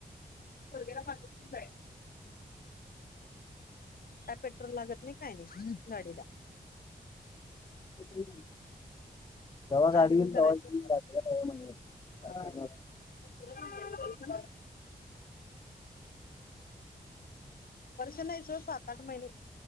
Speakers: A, on the left; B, on the left.
A: पोरग्याला पाठवतो. काय पेट्रोल लागत नाही काय नाही गाडीला.
B: पेट्रोल नाही. जव्हा गाडी
A: चार्जिंग
B: घेन
A: करायचं
B: तव्हा घेऊन <unintelligible> जात म्हण
A: हा. <unintelligible> वर्ष नाही सोडा सात आठ महिने.